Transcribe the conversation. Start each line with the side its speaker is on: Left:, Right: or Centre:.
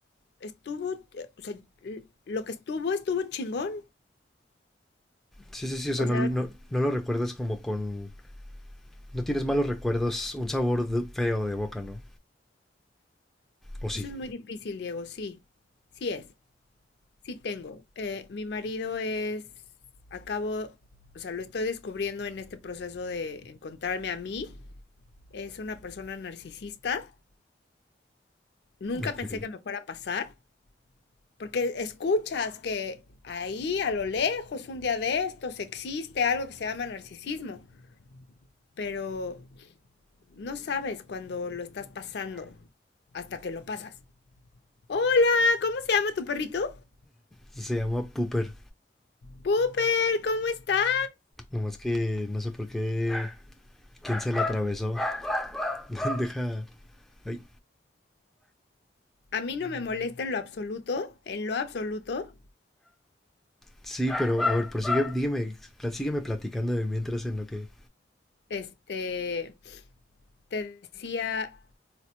Left: estuvo, eh, o sea, l- lo que estuvo, estuvo chingón.
Centre: Sí, sí, sí, o sea,
Left: O
Centre: no,
Left: sea,
Centre: no, no lo recuerdas como con... No tienes malos recuerdos, un sabor de- feo de boca, ¿no? O sí.
Left: Eso es muy difícil, Diego, sí, sí es, sí tengo. Eh, mi marido es, acabo, o sea, lo estoy descubriendo en este proceso de encontrarme a mí. Es una persona narcisista. Nunca
Centre: Ok.
Left: pensé que me fuera a pasar, porque escuchas que ahí a lo lejos, un día de estos, existe algo que se llama narcisismo, pero no sabes cuando lo estás pasando hasta que lo pasas. Hola, ¿cómo se llama tu perrito?
Centre: Se llama Pooper.
Left: Pooper, ¿cómo estás?
Centre: Nomás que no sé por qué... ¿Quién se la atravesó? <laughs> Deja... Ay.
Left: A mí no me molesta en lo absoluto, en lo absoluto.
Centre: Sí, pero a ver, prosigue, dígame, pla- sígueme platicando de mientras en lo que...
Left: Este, te decía